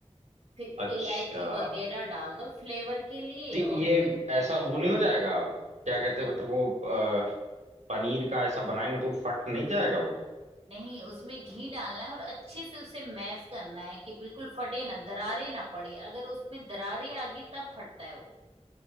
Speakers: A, on the right (about 55°); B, on the right (about 80°).
A: फिर
B: अच्छा
A: इलायची वगैरह डाल दो फ्लेवर के लिए
B: जी,
A: और
B: ये
A: <laughs>
B: ऐसा वो नहीं हो जाएगा क्या कहते
A: फिर-
B: हैं मतलब वो अ, पनीर का ऐसा बनाएंगे तो फट नहीं जाएगा वो
A: नहीं उसमें घी डालना है और अच्छे से उसे मैश करना है कि बिल्कुल फटे ना दरारे ना पड़े अगर उसमें दरारे आ गई तब फटता है वो